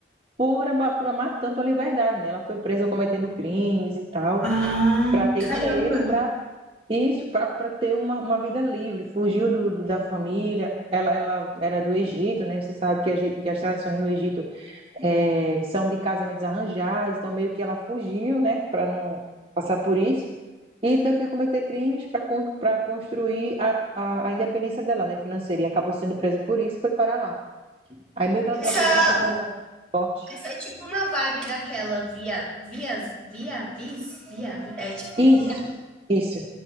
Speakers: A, on the right; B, in the centre.
A: por, ama- por amar tanto a liberdade, né? Ela foi presa cometendo crimes e tal,
B: Ah,
A: para ter
B: caramba.
A: dinheiro, para isso, para ter uma, uma vida livre. Fugiu do, do- da família. Ela, ela era do Egito, né? Você sabe que, a, gen- que as tradições no Egito é, são de casamentos arranjados, então meio que ela fugiu, né, para não passar por isso. E teve que cometer crimes para para construir a, a, a independência dela, né, financeira. E acabou sendo presa por isso e foi para lá. Aí meio que ela
B: Essa,
A: tem uma, pe- uma personalidade forte.
B: essa é tipo na vibe daquela via, vias, via, vis, via, vi- é tipo
A: Isso,
B: via.
A: isso.